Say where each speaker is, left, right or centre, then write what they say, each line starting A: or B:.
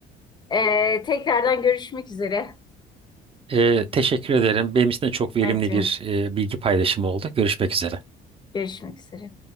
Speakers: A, on the left; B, on the right.
A: Ee, tekrardan görüşmek üzere.
B: e, teşekkür ederim. Benim için de çok verimli
A: Bence
B: bir e, bilgi paylaşımı oldu. Görüşmek üzere.
A: görüşmek üzere.